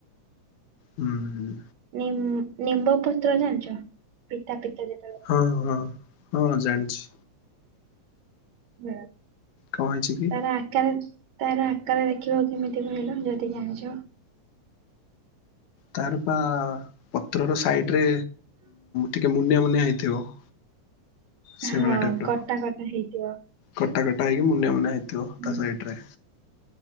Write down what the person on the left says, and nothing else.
ହୁଁ ହୁଁ।
ହଁ ହଁ ହଁ ଜାଣିଛି।
କଣ ହେଇଛି କି?
ତାର ବା ପତ୍ରର ସାଇଟ୍ ରେ ଟିକେ ମୁନିଆ ମୁନିଆ ହେଇଥିବ।
ସିମିଳା ଟାଇପର
କଟା କଟା ହେଇକି ମୁନିଆଁ ମୁନିଆଁ ହେଇଥିବ
ତା ସାଇଟ୍ ରେ।